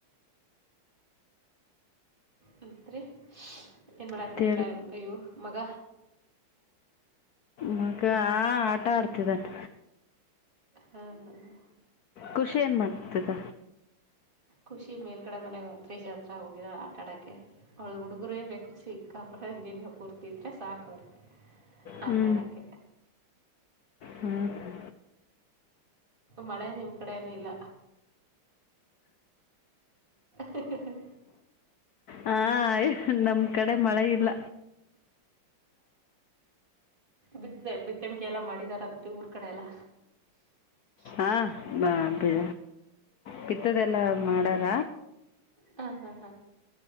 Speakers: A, on the right; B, on the left.
A: ಮತ್ರಿ ರೀ ಏನ್ ಮಾಡತತ್ರ
B: ತಿಳಿ
A: ಅಯ್ಯೋ ಮಗ
B: ಮಗ ಆಟ ಆಡ್ತಿದಂತ
A: ಹಾ ಹಾ ಹಾ.
B: ಖುಷಿ ಏನ್ ಮಾಡ್ತದ.
A: ಖುಷಿ ಮೇಲ್ಗಡೆ ಮನೆಾಗ ಹತ್ರೀಜ್ ಹತ್ರ ಹೋಗಿದಾಳ ಆಟಾಡಕ್ಕೆೆ. ಅವಳ ಹುಡುಗರೇ ಬೇಕು ಚಿಕ್ಕಳ ದಿನ ಪೂರ್ತಿ ಇದ್ರೆ ಸಾಕವ್ರಿ
B: ಹ್ಞೂ
A: ಆಟ ಆಡಕ್ಕೆ ಹ್ಮ್.
B: ಹೌದಾ
A: ಮಳೆ ನಿಮ್ ಕಡೆನುೂ ಇಲ್ಲ. ಹಹಹ.
B: ಹ ನಮ್ ಕಡೆ ಮಳೆ ಇಲ್ಲ.
A: ಬಿತ್ತ ಬಿತ್ತನ್ಕ ಎಲ್ಲ ಮಾಡಿದಾರಂತೆ ಊರ್ ಕಡೆ ಎಲ್ಲ.
B: ಹಾ ಬಾ ಬಿ ಬಿತ್ತದೆಲ್ಲಾ ಮಾಡಾರ.
A: ಹಾ ಹಾ ಹಾ.